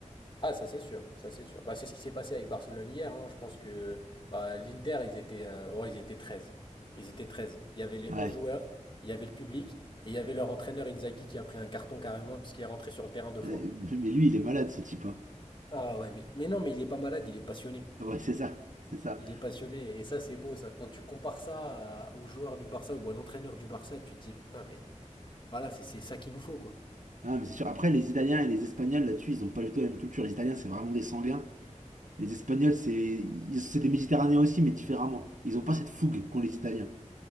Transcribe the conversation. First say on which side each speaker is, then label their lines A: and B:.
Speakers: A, on the left; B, on the right.
A: Ah, ça c'est sûr, ça c'est sûr. Bah, c'est ce qui s'est passé avec Barcelone hier. hein. Je pense que bah, l'Inter, ils étaient, euh, ouais, ils étaient 13. Ils étaient 13. Il y avait les
B: Ouais.
A: 11 joueurs, il y avait le public, et il y avait leur entraîneur Inzaghi qui a pris un carton carrément parce qu'il est rentré sur le terrain deux fois.
B: Euh, Mais lui, il est malade, ce type. hein.
A: Ah ouais, mais, mais non, mais il est pas malade, il est passionné.
B: Ouais, c'est ça. C'est ça.
A: Il est passionné, et ça c'est beau, ça. Quand tu compares ça à- aux joueurs du Barça ou à l'entraîneur du Barça, tu te dis, putain, mais voilà, c'est c'est ça qu'il nous faut, quoi.
B: Ah, mais c'est sûr. Après, les Italiens et les Espagnols, là-dessus, ils ont pas du tout la même culture. Les Italiens, c'est vraiment des sanguins. Les Espagnols, c'est ils- c'est des Méditerranéens aussi, mais différemment. Ils ont pas cette fougue qu'ont les Italiens.